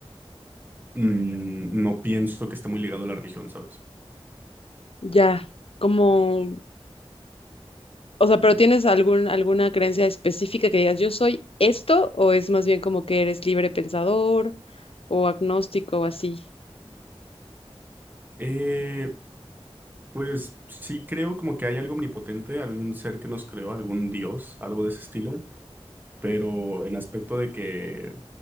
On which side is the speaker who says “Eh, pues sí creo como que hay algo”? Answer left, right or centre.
Right